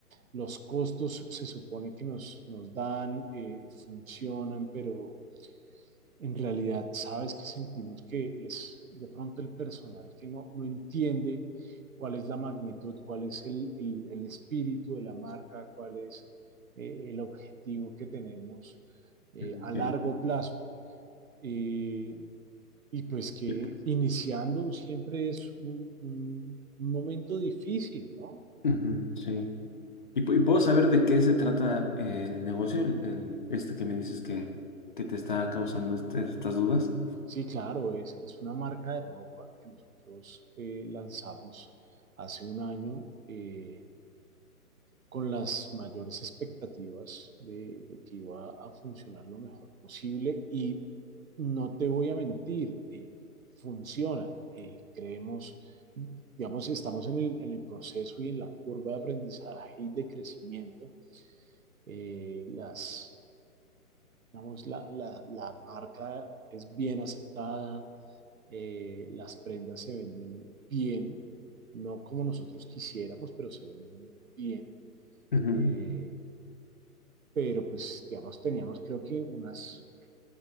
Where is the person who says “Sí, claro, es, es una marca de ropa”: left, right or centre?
Right